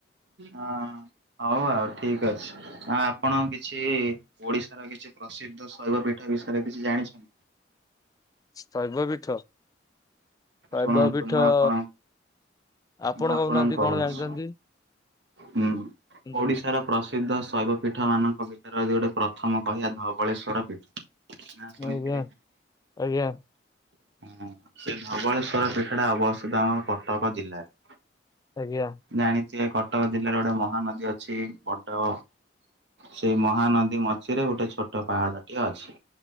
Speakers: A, on the right; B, on the left.
A: ହଁ। ହଉ ଠିକ୍ ଅଛି। ଆ ଆପଣ କିଛି ଓଡ଼ିଶାର କିଛି ପ୍ରସିଦ୍ଧ ଶୈବ ପୀଠ ବିଷୟରେ କିଛି ଜାଣିଛନ୍ତି?
B: ଶୈବ ପୀଠ ଶୈବ
A: ଶୁଣନ୍ତୁ
B: ପୀଠ
A: ମୁଁ ଆପଣ
B: ଆପଣ
A: ମୁଁ ଆପଣଙ୍କୁ
B: କହୁନାହାନ୍ତି
A: କହୁଛି
B: କଣ ଜାଣିଛନ୍ତି
A: ଉ
B: କିନ୍ତୁ?
A: ଓଡ଼ିଶାର ପ୍ରସିଦ୍ଧ ଶୈବ ପୀଠ ମାନଙ୍କ ଭିତରେ ଯଦି ଗୋଟେ ପ୍ରଥମ କହିବା ଧବଳେଶ୍ୱର ପୀଠ। ନାଁ ଶୁଣିଥିବେ
B: ଆଜ୍ଞା ଆଜ୍ଞା
A: ହଁ। ସେ ଧବଳେଶ୍ଵର ପିଠ ଟା ଅବସ୍ଥିତ ଆମ କଟକ ଜିଲ୍ଲାରେ।
B: ଆଜ୍ଞା।
A: ଜାଣିଥିବେ କଟକ ଜିଲ୍ଲାରେ ଗୋଟେ ମହାନଦୀ ଅଛି ବଡ ସେଇ ମହାନଦୀ ମଝିରେ ଗୋଟେ ଛୋଟ ପାହାଡ଼ ଟିଏ ଅଛି